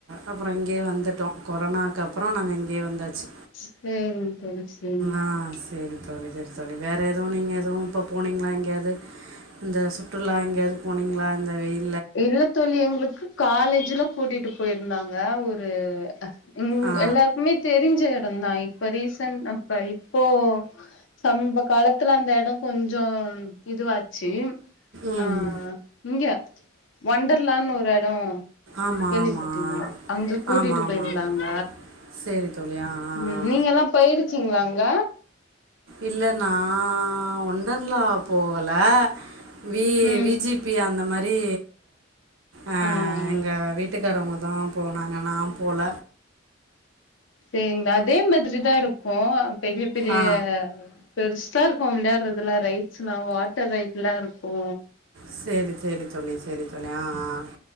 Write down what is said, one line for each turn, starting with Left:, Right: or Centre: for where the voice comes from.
Right: அப்புறோ இங்கயே வந்துட்டோ கொரோனாக்கு அப்புறோ நாங்க இங்கேயே வந்தாச்சு
Left: சேரிங்க தெளிச்சி <unintelligible>
Right: ஆ சரி தோழி சரி தோழி வேற ஏதுவு நீங்க எதுவு இப்ப போனீங்களா எங்கயாது இந்த சுற்றுலா எங்கயாது போனீங்களா இந்த வெயில்
Left: இல்ல தோழி எங்களுக்கு காலேஜ்ல கூட்டிட்டு போய்ருந்தாங்க ஒரு ம்
Right: ஆ
Left: எல்லாருக்குமே தெரிஞ்ச அப்பந் தா இப்ப ரீசன் அப்ப இப்போ சம்ப காலத்துல அந்த இடோ கொஞ்சோ இதுவாச்சு
Right: ம்
Left: ஆ இங்க வண்டர்லான்னு ஒரு எடோ
Right: ஆமாம்
Left: கேள்விப்பட்டீங்களா
Right: ஆமாம்
Left: அங்க கூட்டிட்டு
Right: ஆமாம் ஆமாம்
Left: பேய்ருந்தாங்க
Right: சரி தோழி ஆ ஆ
Left: ம்
Right: ஆ
Left: நீங்கல்லா பேய்ரு வச்சீங்ளா அங்க
Right: இல்லன்னா ஒண்டர்லா போகல வி
Left: ம்
Right: விஜிபி அந்த மாரி அ
Left: ஆ
Right: எங்க வீட்டுக் காரவங்க தா போனாங்க நா போல
Left: சேரிங்ளா அதே மாதிரி தா இருக்கு பெரிய பெரிய
Right: ஆ
Left: பெருசு தா இருக்கு விளையாடுறது அதெல்லா ரைட்ஸ்ல்லா வாட்டர் ரைட்ல்லா இருக்கு
Right: சேரி சேரி தோழி சேரி தோழி ஆ ஆ ஆ